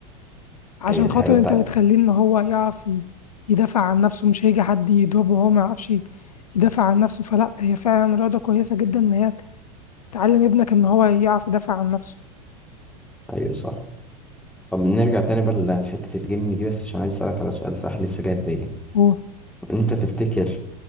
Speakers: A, on the left; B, in the centre.
A: عشان
B: ايوه دي
A: خاطر
B: حقيقة بتاع
A: انت بتخليه ان هو يعرف ي- يدافع عن نفسه مش هيجي حد يضربه وهو ما يعرفش يدافع عن نفسه فلا هي فعلا رياضة كويسة جدا ان هي تعلم ابنك ان هو يعرف يدافع عن نفسه
B: ايوه صح طب نرجع تاني بقى ل- لحتة الجيمنج دي بس عشان عايز اسألك على سؤال صح لسه جاي في بالي
A: وبي
B: انت تفتكر